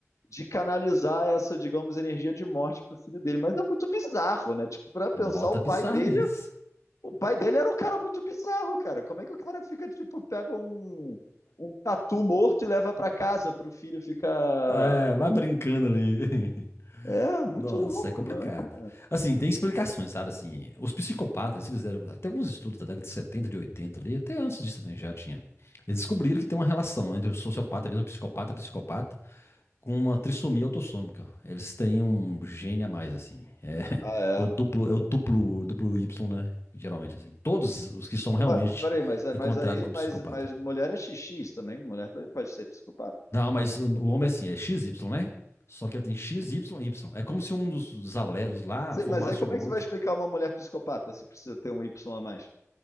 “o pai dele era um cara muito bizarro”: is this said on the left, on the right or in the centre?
Left